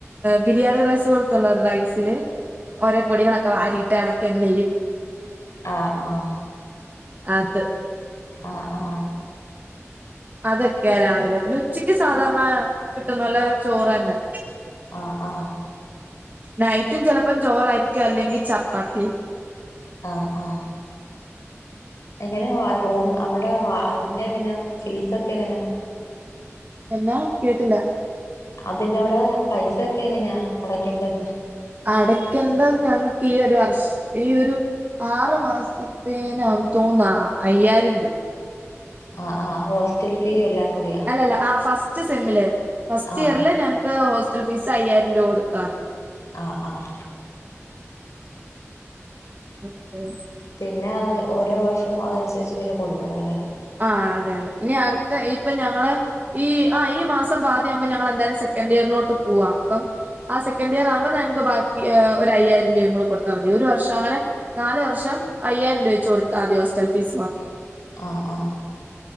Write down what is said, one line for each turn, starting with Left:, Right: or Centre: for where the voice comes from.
Right: ബിരിയാണി റൈസ് പോലത്തെ- ഉള്ള റൈസില് ഓരോ പൊടികളൊക്കെ വാരിട്ട് എളക്കി അങ്ങ് തരും
Left: ആഹ് ആഹ്
Right: അത്
Left: ആഹ് ആഹ്
Right: അതൊക്കെയാ രാവിലെ പിന്നെ ഉച്ചക്ക് സാധാരണ കിട്ടുന്നോലെ ചോറെന്നെ
Left: ആഹ് ആഹ്
Right: നൈറ്റും ചെലപ്പം ചോറായിരിക്കും അല്ലെങ്കിൽ ചപ്പാത്തി-
Left: ആഹ് ആഹ് എങ്ങനെയ റൂം അവിടെ വാ അതിന്റെ എങ്ങനാ ഫീസൊക്കെ എങ്ങനാ
Right: എന്നാ കേട്ടില്ല
Left: അതിനവിടെ പൈസയൊക്കെ എങ്ങനെയാ അടക്കേണ്ടിന്നെ
Right: അടയ്ക്കേണ്ടത് ഞങ്ങൾക്ക് ഈ ഒരു വർഷം ഈ ഒരു- ആറു മാസത്തേന് ആണെന്ന് തോനുന്ന് അയ്യായിരം രൂപ
Left: ആഹ് ആഹ് ഹോസ്റ്റൽ ഫീ എല്ലാം കൂടി
Right: അല്ല അല്ല ആ ഫസ്റ്റ് സെമ്മില് ഫസ്റ്റ്
Left: ആ
Right: ഇയറില് ഞങ്ങക്ക് ഹോസ്റ്റൽ ഫീസ് അയ്യായിരം രൂപ കൊടുത്താ മതി
Left: ആഹ് ആഹ്
Right: ഓക്കെ
Left: പിന്നെ അത് ഓരോ വർഷം അതനുസരിച്ച് പിന്നെ കൊടുക്കണം അല്ലേ
Right: ആഹ് അതെയതെ ഇനി അടുത്ത ഇപ്പ ഞങ്ങളെ- ഈ ആ ഈ മാസം പാതി ആവുമ്പോ ഞങ്ങെളെന്തായാലും സെക്കന്റിയറിലോട്ട് പോവാ പ്പം ആ സെക്കൻഡിയറാകുമ്പോ ഞങ്ങക്ക് ബാക്കി ഏഹ് ഒരയ്യായിരം രൂപയും കൂടെ കൊട്ത്താ മതി ഒരു വർഷ ങ്ങനെ നാല് വർഷം അയ്യായിരം രൂപ വെച്ച് കൊട്ത്താതി ഹോസ്റ്റൽ ഫീസ് മാത്രം.
Left: അഹ് അഹ്